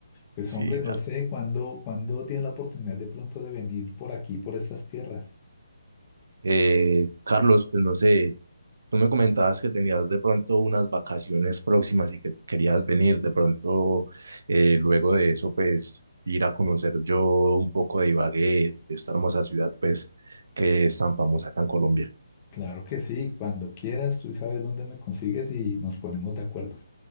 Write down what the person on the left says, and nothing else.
Pues
hombre, no
sé cuándo, cuándo tienes la oportunidad de pronto de venir por aquí, por estas tierras.
Y
claro que sí, cuando quieras, tú sabes dónde me consigues y nos ponemos de acuerdo.